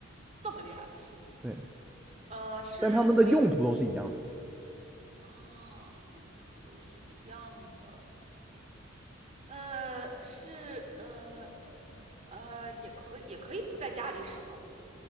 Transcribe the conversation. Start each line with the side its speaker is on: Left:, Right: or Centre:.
Right: 这么厉害。
Centre: 对，
Right: 呃，是可以用
Centre: 但它们的用途都是一样的。
Right: 啊，用途都是一样的。呃，是呃呃呃，也可以也可以不在家里使用。